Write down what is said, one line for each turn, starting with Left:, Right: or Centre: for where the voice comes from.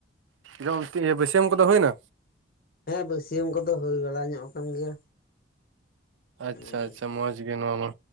Right: ᱡᱚᱢ ᱛᱤ ᱵᱟᱹᱥᱭᱟᱢ ᱠᱚᱫᱚ ᱦᱩᱭᱱᱟ?
Left: ᱦᱮᱸ ᱵᱟᱹᱥᱭᱟᱹᱢ ᱠᱚᱫᱚ ᱦᱩᱭ ᱵᱟᱲᱟ ᱧᱚᱜ ᱠᱟᱱ ᱜᱮᱭᱟ᱾
Right: ᱟᱪᱪᱷᱟ
Left: ᱦᱮᱸ
Right: ᱟᱪᱪᱷᱟ ᱢᱚᱸᱡᱽ ᱜᱮ ᱱᱚᱣᱟ ᱢᱟ